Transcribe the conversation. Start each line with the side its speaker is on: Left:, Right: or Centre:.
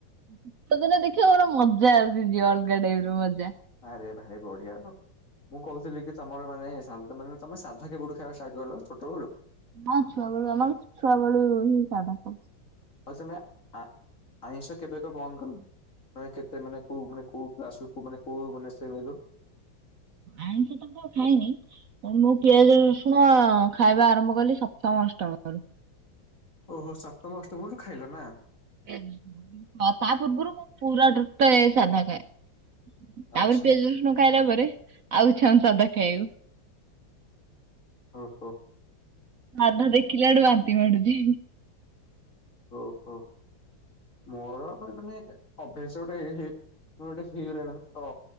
Right: ଶୀତଦିନେ ଦେଖିବା ଗୋଟେ ମଜା ଆସିଯିବ ଅଲଗା ଟାଇପ୍‌ର ମଜା।
Left: ଆରେ ଭାଇ ବଢିଆ ମୁଁ କହୁଥିଲି କି ତମର ମାନେ ସାନ୍ତ ମାନେ ତମେ ସାନ୍ଧା କେବେଠୁ ଖାଇବା ଷ୍ଟାର୍ଟ କଲ ଛୋଟ ବେଳୁ।
Right: ହଁ ଛୁଆ ବେଳୁ ଆମର ଛୁଆବେେଳୁ ର ହିଁ। <inaudible>
Left: ଆଉ ତମେ ଆ ଆମିଷ କେବେଠୁ ବନ୍ଦ କଲ ‌ମାନେ କେତେ ମାନେ କୋଉ କୋଉ ମାନେ କୋଉ କ୍ଲାସ୍‌ରୁ ମାନେ କେଉଁ ମାନେ ଶ୍ରେଣୀରୁ।
Right: ଆମିଷ ତକ ଖାଏନି, ମୁଁ ପିଆଜ ରସୁଣ ଖାଇବା ଆରମ୍ଭ କଲି ସପ୍ତମ ଅଷ୍ଟମରୁ।
Left: ଓହୋ ସପ୍ତମ ଅଷ୍ଟମରୁ ଖାଇଲ ନା।
Right: ତା ପର୍ବରୁ ମୁଁ ପୁରା ଟୃତ ସାଧା ଖାଏ
Left: ଆଚ୍ଛା
Right: । <unintelligible> ଆଉଛନ୍ ସାଧା ଖାଇକୁ।
Left: ଓହୋ।
Right: ଆଧା ଦେଖିିଲ ଆଡୁ ବାନ୍ତି ମଡୁଛି।
Left: ଓହୋ ମୋର ଆ ମାନେ ଅଭ୍ୟାସ ଗୋଟେ ହେଇ ମୋର ଗୋଟେ ହେଇଗଳାଣି ତ